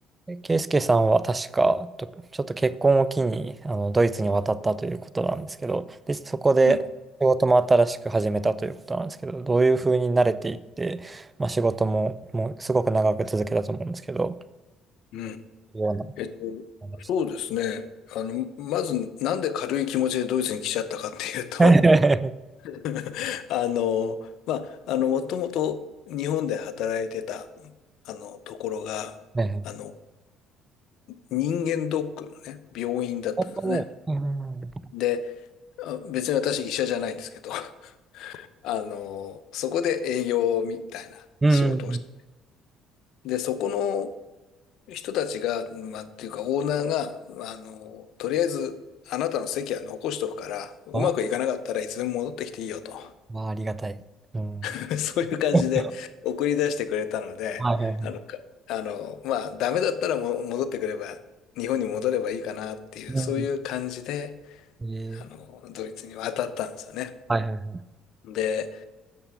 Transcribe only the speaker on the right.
でケイスケさんは確か、とちょっと結婚を機に、あの、ドイツに渡ったということなんですけど、で、そこで仕事も新しく始めたということなんですけど、
どういうふうに慣れていって、まあ、仕事も、もうすごく長く続けたと思うんですけど、
ような
思いました。
<laughs>
ねえ
おーうんうん
うんうん
あ、まあ、ありがたい。うん。
はいはいはい。
うん
ええ
はいはいはい。